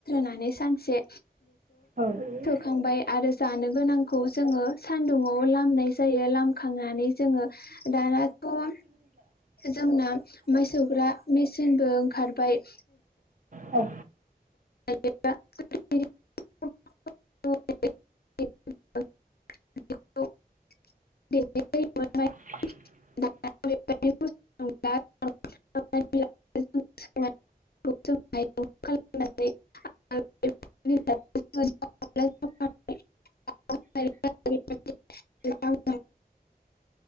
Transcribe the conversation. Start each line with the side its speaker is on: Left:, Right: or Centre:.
Left: मानै ससे
Right: औ
Left: खांबाय आरो जानो गोनांखौ जोंङो। सान्दुंङाव लामनाय जायो लामखांनानै जोंङो रानबा जोंना माय सौग्रा मेचिनबो ओंखारबाय
Right: औ।
Left: <unintelligible> <unintelligible>
Right: <inaudible>
Left: <inaudible> <unintelligible> <unintelligible> <unintelligible>